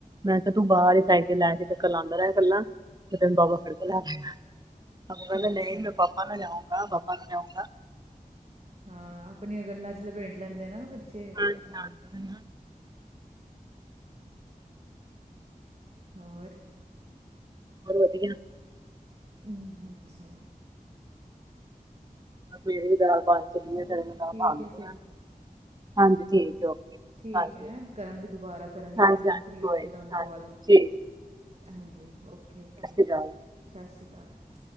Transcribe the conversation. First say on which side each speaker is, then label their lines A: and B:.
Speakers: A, on the right (about 25°); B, on the right (about 45°).
A: ਮੈਂ ਕਿਹਾ ਤੂੰ ਬਾਹਰ
B: ਹਾਂ
A: ਹੀ ਸਾਈਕਲ ਲੈ ਕੇ ਚੱਕਰ ਲਾਉਂਦਾ ਰਹਾ ਇਕੱਲਾ। ਬਾਬਾ ਫੜ ਕੇ ਲਿਆ ਜਾਊਗਾ ਕਹਿੰਦਾ
B: ਅੱਛਾ
A: ਨਹੀਂ ਮੈਂ ਪਾਪਾ ਨਾ ਜਾਉਂਗਾ ਪਾਪਾ ਨਾ ਜਾਊਂਗਾ।
B: ਹਾਂ ਆਪਣੀਆਂ ਗੱਲਾਂ ਚ ਲਪੇਟ ਲੈਂਦੇ ਨਾ ਬੱਚੇ
A: ਹਾਂਜੀ ਹਾਂਜੀ
B: ਹੋਰ
A: ਹੋਰ ਵਧੀਆ
B: ਹਮ ਅੱਛਾ
A: ਮੇਰੀ ਵੀ ਦਾਲ ਬਣ ਗਈ
B: ਚਲੋ ਠੀਕ ਹੈ ਫਿਰ
A: ਹ ਹਾਂਜੀ ਠੀਕ ਓ
B: ਠੀਕ
A: ਹਾਂਜੀ
B: ਹੈ ਕਰਾਂਗੇ ਦੁਬਾਰਾ ਕਰਾਂਗੇ
A: ਹਾਂਜੀ
B: ਕਿਸੇ ਦਿਨ
A: ਹਾਂਜੀ
B: ਫ੍ਰੀ
A: ਕੋਈ
B: ਹੋ ਕੇ
A: ਨ
B: ਤੁਹਾਨੂੰ ਕਾਲ
A: ਹ ਜੀ
B: ਹਾਂਜੀ ਓਕੇ ਓਕੇ
A: ਅਕਾਲ
B: ਸਤਿ ਸ਼੍ਰੀ ਅਕਾਲ